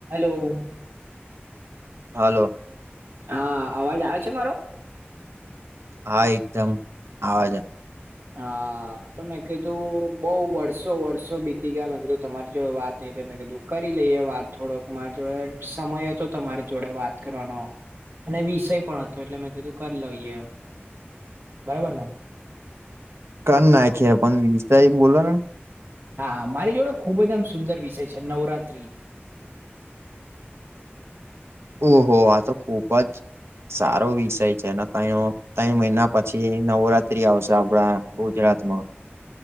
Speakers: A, on the right; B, on the right.
A: <unintelligible>
B: હાલો
A: હા અવાજ આવે છે મારો
B: હા એકદમ આવે છે.
A: હા તો મેં કીધું બઉ વર્ષો વર્ષો બીતી ગયા મેં કીધું તમારી જોડે વાત નઈ થઈ મેં કીધું કરી લઈએ વાત થોડોક મારા જોડે સમય તો તમારી જોડે વાત કરવાનો. અને વિષય પણ હતો એટલે મેં તોધું કરી લઈએ બરાબર ને
B: કર નાખીએ વિષય બોલોને
A: હા મારી જોડે ખુબ જ આમ સુંદર વિષય છે નવરાત્રી
B: ઓહો આ તો ખુબ જ સારો વિષય છે <unintelligible> ત્રય મહિના પછી નવરાત્રી આવશે આપડા ગુજરાતમાં.